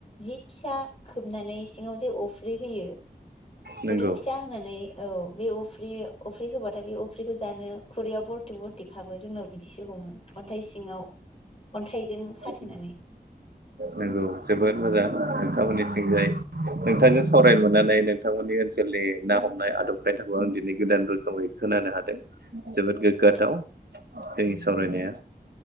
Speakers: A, on the left; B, on the right.
A: जे फिसा खोबनानै सिङाव जे अफ्रि होयो
B: नंगौ
A: गुदुं फिसा होनानै औ बे अफ्रि-अफ्रि होबाथाय बे अफ्रिखौ जानो खुरैयाव बर <unintelligible> जोंनाव बिदिसो हमो अन्थाइ सिङाव अन्थाइजों साथेनानै
B: औ नंगौ जोबोद मोजां नोंथांमोननिथिंजाय नोंथांजों सावरायनो मोननानै नोंथांमोननि ओनसोलनि ना हमनाय आदब खायदाखौ आं दिनै गोदान रोखोमै खोनानो हादों जोबोद गोग्गाथाव
A: औ
B: जोंनि सावरायनाया